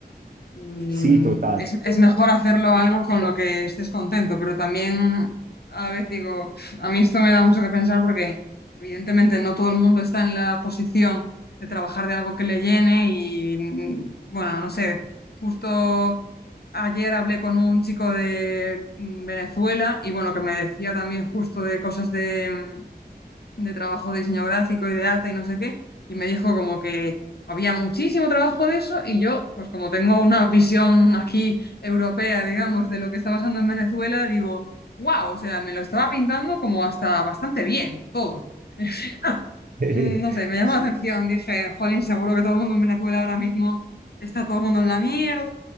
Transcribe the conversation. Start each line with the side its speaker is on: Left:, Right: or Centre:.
Left: mm,
Right: sí, total.
Left: es, es mejor hacerlo algo con lo que estés contento, pero también a la vez digo, "Uf, a mí esto me da mucho que pensar porque evidentemente no todo el mundo está en la posición de trabajar de algo que le llene y mm, bueno, no sé, justo ayer hablé con un chico de mm, Venezuela y bueno, que me decía también justo de cosas de... mm, de trabajo de diseño gráfico y de arte y no sé qué, y me dijo como que había muchísimo trabajo de eso y yo, pues como tengo una visión aquí europea, digamos, de lo que está pasando en Venezuela, digo, wow, o sea, me lo estaba pintando como hasta bastante bien, todo. <laughs>
Right: <laughs>
Left: Mm, No sé, me llamó
Right: Sí,
Left: la atención, dije, jolín, seguro que todo el mundo en Venezuela ahora mismo está todo el mundo en la mierda,